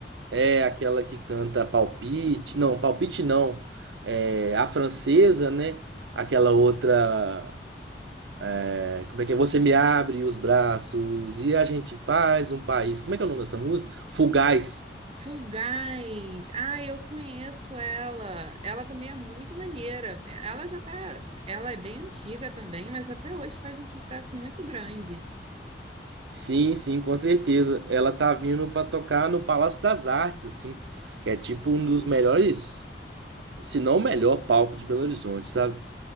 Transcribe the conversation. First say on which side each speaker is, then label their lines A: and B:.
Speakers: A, on the right; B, on the right.
A: É aquela que canta Palpite. Não, Palpite não. É a francesa, né? Aquela outra. é, como é que é? Você me abre os braços e a gente faz um país. Como é que é o nome dessa música? Fugaz.
B: Fulgaz! Ah, eu conheço ela. Ela também é muito maneira. Ela já tá. Ela é bem antiga também, mas até hoje faz um sucesso muito grande.
A: Sim, sim, com certeza. Ela tá vindo pra tocar no Palácio das Artes, assim. Que é tipo um dos melhores, se não o melhor palco de Belo Horizonte, sabe?